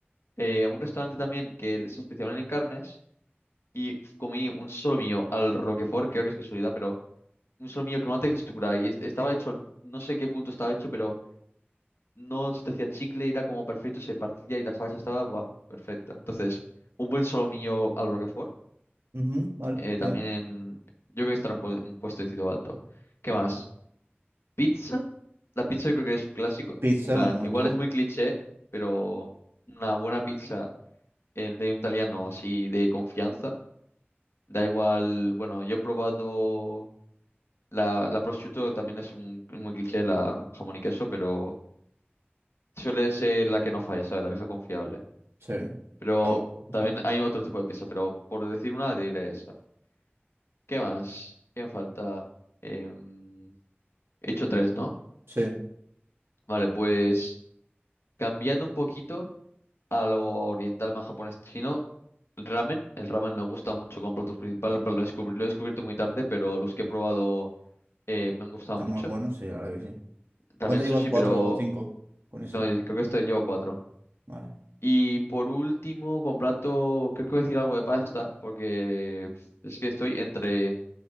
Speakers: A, on the left; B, on the right.
A: eh, a un restaurante también que se especializa en carnes y comí un solomillo al Roquefort, creo que es casualidad, pero un solomillo con una textura y este- estaba hecho, al- no sé qué punto estaba hecho, pero no se te hacía chicle, era como perfecto, se partía y la salsa estaba buah, perfecta. Entonces, un buen solomillo al Roquefort,
B: Ujú, vale,
A: eh,
B: bien.
A: también yo creo que estará un, pu- un puestecito alto. ¿Qué más?
B: Sí.
A: Pizza, la pizza yo creo que es un clásico,
B: Pizza,
A: plan,
B: muy
A: igual
B: top.
A: es muy cliché, pero una buena pizza eh, de un italiano así de confianza. Da igual, bueno, yo he probado La, la prosciutto también es un, un cliché de la jamón y queso, pero suele ser la que no falla, ¿sabes? La vieja confiable.
B: Sí, está
A: Pero
B: muy top,
A: también
B: sí.
A: hay otro tipo de pizza, pero por decir una, diré esa. ¿Qué más? ¿Qué me falta? Em, he hecho tres, ¿no?
B: Sí.
A: Vale, pues cambiando un poquito a lo oriental más japonés chino, ramen. El ramen me gusta mucho con platos principales, en plan, lo descubrí- lo he descubierto muy tarde, pero los que he probado eh, me han gustado
B: Está
A: mucho.
B: muy bueno, sí, ahora que sí.
A: También
B: ¿Cuánto
A: el
B: llevas?
A: sushi,
B: ¿Cuatro
A: pero
B: o cinco con
A: no,
B: ese?
A: creo que este llevo cuatro.
B: Vale.
A: Y por último, con plato, creo que voy a decir algo de pasta, porque es que estoy entre